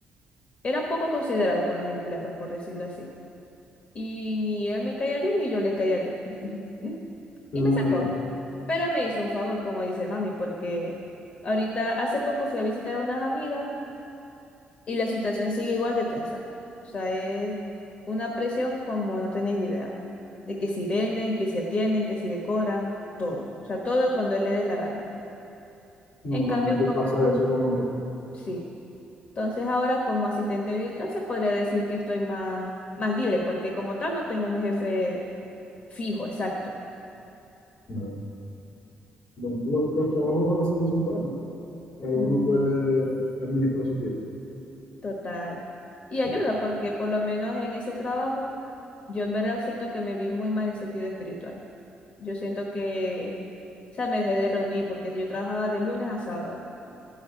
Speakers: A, on the left; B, on the left.
A: Era poco considerado con los empleados, por decirlo así. Y ni él me caía bien, ni yo le caía bien. <laughs> Y
B: Ah,
A: me sacó.
B: ya.
A: Pero me hizo un favor, como dice mami, porque ahorita hace poco fui a visitar a unas amigas y la situación sigue igual de tensa. O sea, es una presión como no tenés idea. De que si venden, que si atienden, que si decoran, todo. O sea, todo cuando él le dé la gana.
B: Normalmente
A: En cambio, como,
B: pasa eso con los jefes.
A: sí. Entonces ahora como asistente virtual se podría decir que estoy más, más libre, porque como tal no tengo un jefe fijo, exacto.
B: No. Bueno, lo- los trabajos así son buenos. que
A: Ujú,
B: uno puede administrar su tiempo.
A: Total. Y ayuda,
B: Sí.
A: porque por lo menos en ese trabajo yo en verdad siento que me vi muy mal en sentido espiritual. Yo siento que, o sea, me dejé de reunir porque yo trabajaba de lunes a sábado